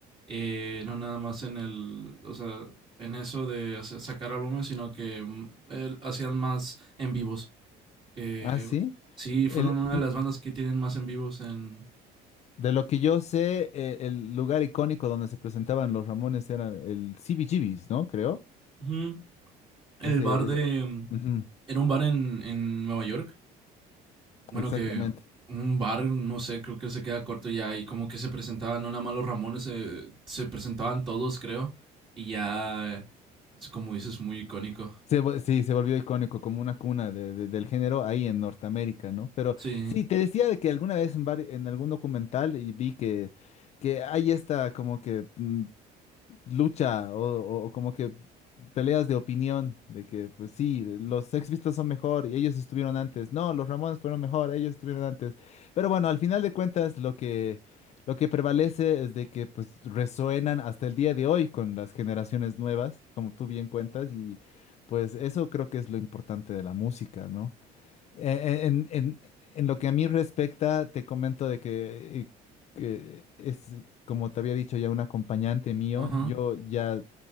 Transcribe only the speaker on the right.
eh, no nada más en el, o sea, en eso de hacer- sacar álbumes, sino que mm, el- hacían más en vivos. Que
sí, fueron
una de las bandas que tienen más en vivos en...
Ujú. El
bar de...
mm,
Era un bar en, en Nueva York. Bueno,
que un bar, no sé, creo que se queda corto ya y como que se presentaban, no nada más los Ramones, eh, se presentaban todos, creo. Y ya, eh, es como dices, muy icónico.
Sí,
ajá.